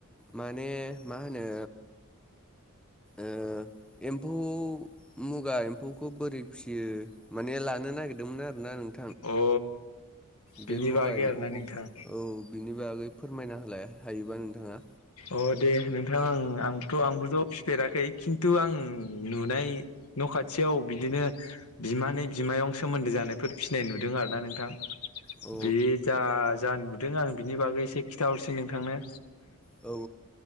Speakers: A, in the centre; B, on the left.
A: माने मा होनो ओ एम्फौ मुगा एम्फौखौ बोरै फियो माने लानो नागिरदोंमोन आरो नोंथां
B: अ
A: बे
B: बिनि
A: मुगा
B: बागै
A: एम्फौखौ
B: आरोना नोंथां
A: औ बिनि बागै फोरमायना होलाय हायोबा नोंथाङा
B: अ दे नोंथां आंबोथ' आंबोथ' फिफेराखै खिन्थु आं नुनाय न' खाथियाव बिदिनो बिमानै बिमायं सोमोन्दो जानायफोर फिसिनाय नुदों आरो ना नोंथां
A: अ
B: बे जा जा नुदों आं बिनि बागै एसे खिन्थाहरसै नोंथांनो
A: औ औ